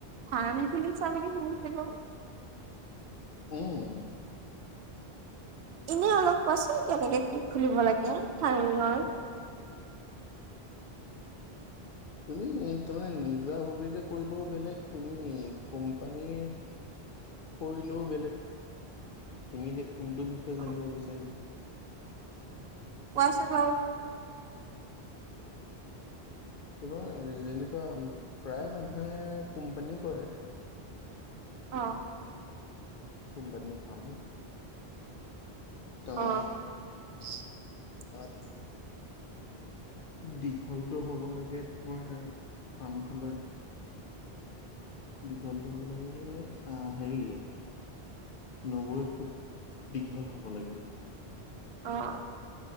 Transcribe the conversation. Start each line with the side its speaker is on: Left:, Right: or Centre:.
Right: ফাৰ্ম খিলিছা বুলি শুনিছিলোঁ
Left: উম
Right: এনে অলপ কোৱাচোন কেনেকে কি খুলিব লাগে চাৰমিনৰৰ
Left: তুমি তাৰমানে নিজা ভবীয়াকে কৰিলেও বেলেগ তুমি কোম্পানীৰ কৰিলেও বেলেগ তুমি এতিয়া কোনটো বিষয়ে
Right: অ
Left: জানিব বিচাৰি
Right: ছ গ
Left: তোমাৰ যেনিবা প্ৰায় মানুহে কোম্পানী কৰে
Right: অ
Left: কুমপানী ফাম তমাৰ
Right: অ <unintelligible>
Left: তাত দীঘলতটো হ'ব লাগে তোমাৰ ফাৰ্ম খডত দীঘলটো হ'বলে অ হেৰি নব্বৈ ফুট দীঘল হব লাগে।
Right: অঁ।